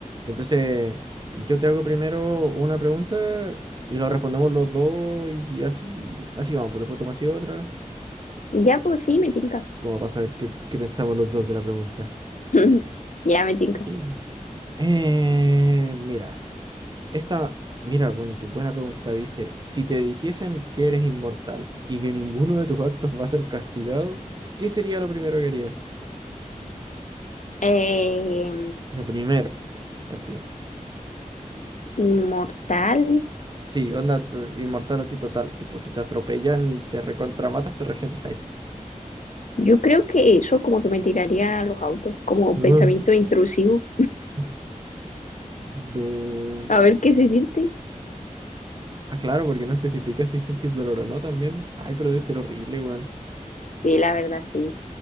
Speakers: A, on the right; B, on the left.
A: Entonces, yo te hago primero una pregunta y lo respondemos los dos y así, así vamos. Pues después tomas así otra,
B: Ya, pues sí, me tinca.
A: como para saber qué, qué pensamos los dos de la pregunta.
B: <laughs> Ya me
A: <clears throat>
B: tinca.
A: Eh, mira. Esta, mira, bueno, qué buena pregunta. Dice, si te dijesen que eres inmortal y que ninguno de tus actos va a ser castigado, ¿qué sería lo primero que harías?
B: Eh,
A: Lo primero, así.
B: inmortal.
A: Sí, onda, tú- inmortal así total. Tipo, si te atropellan y te recontramatas, te regeneráis.
B: Yo creo que eso como que me tiraría a los autos, como
A: Ah.
B: pensamiento intrusivo.
A: <laughs> Do...
B: A ver qué se siente.
A: Ah, claro, porque no especifica si sentís dolor o no también. Ay, pero debe ser horrible, weón.
B: Sí, la verdad, sí.